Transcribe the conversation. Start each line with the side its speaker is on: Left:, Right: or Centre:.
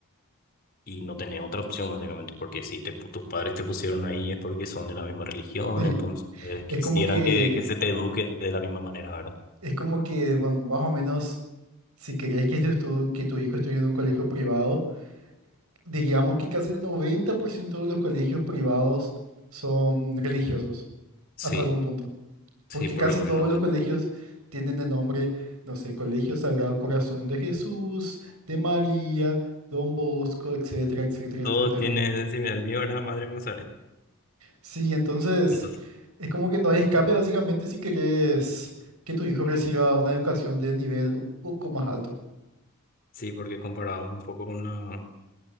Left: y no tenés otra opción básicamente, porque si te, pu- tus padres te pusieron ahí es porque son de la misma religión,
Right: Sí,
Left: entonces eh, quisieran
Right: Es como que,
Left: que, que se te eduque de la misma manera, ¿verdad?
Right: es como que, bueno, más o menos, si querés que, tu, tu- que tu hijo estudie en un colegio privado, digamos que casi el 90% de los colegios privados son religiosos,
Left: Sí,
Right: hasta algún punto.
Left: sí,
Right: Porque
Left: por
Right: casi
Left: lo menos.
Right: todos los colegios tienen el nombre, no sé, Colegio Sagrado Corazón de Jesús, de María, Don Bosco, etcétera, etcétera, etcétera.
Left: Todo tiene, si me mío era Madre Mazaret.
Right: Sí, entonces
Left: Entonces,
Right: es como que no hay escape básicamente si querés que tu hijo reciba una educación de nivel un poco más alto.
Left: sí, porque comparado un poco con la